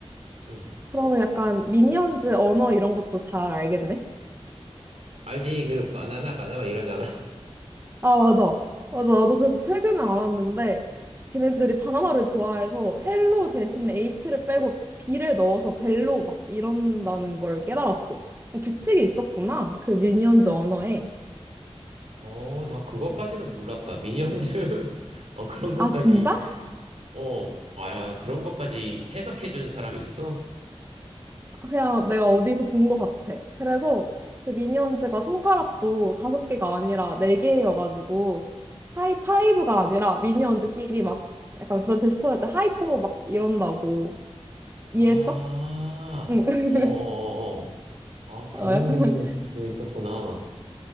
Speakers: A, on the right; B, on the right.
A: 응.
B: 그러면 약간 미니언즈 언어 이런 것도 잘 알겠네?
A: 알지? 그, 바나나, 바나나 이러잖아. <laughs>
B: 아, 맞아. 맞아. 나도 그래서 최근에 알았는데, 걔네들이 바나나를 좋아해서 헬로 대신에 H를 빼고 B를 넣어서 벨로 막 이런다는 걸 깨달았어. 규칙이 있었구나. 그 미니언즈 언어에.
A: 어, 나 그것까지는 몰랐다. 미니언즈, <laughs> 어, 그런 것까지,
B: 아, 진짜?
A: 어, 아, 그런 것까지 해석해주는 사람이 있어?
B: 그냥 내가 어디서 본 것 같아. 그래서 그 미니언즈가 손가락도 다섯 개가 아니라 네 개여가지고 하이파이브가 아니라 미니언즈끼리 막 약간 그런 제스처를 할 때 하이포 막 이런다고
A: 아,
B: 이해했어? 응. <laughs>
A: 어어어어. 아, 그런
B: 어, 약간
A: 거 있었구나.